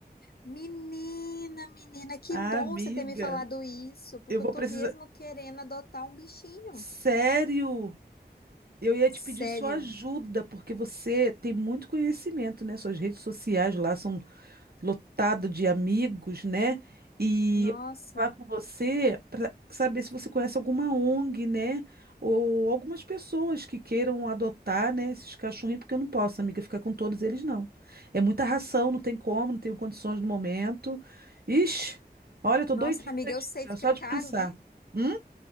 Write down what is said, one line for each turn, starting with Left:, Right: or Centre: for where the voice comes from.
Left: Menina, menina, que
Right: amiga,
Left: bom você ter me falado isso, porque
Right: eu vou
Left: eu tô
Right: precisar.
Left: mesmo querendo adotar um bichinho.
Right: Sério? Eu ia
Left: Sério?
Right: te pedir sua ajuda, porque você tem muito conhecimento, né? Suas redes sociais lá são lotado de amigos, né? E
Left: Nossa.
Right: eu vou falar com você para saber se você conhece alguma ONG, né? Ou algumas pessoas que queiram adotar, né, esses cachorrinhos, porque eu não posso, amiga, ficar com todos eles, não. É muita ração, não tem como, não tenho condições no momento. Ixi, olha, eu tô
Left: Nossa,
Right: doidinha,
Left: amiga,
Right: doidinha,
Left: eu sei,
Right: já,
Left: fica
Right: só
Left: caro,
Right: de pensar.
Left: né?
Right: Hum?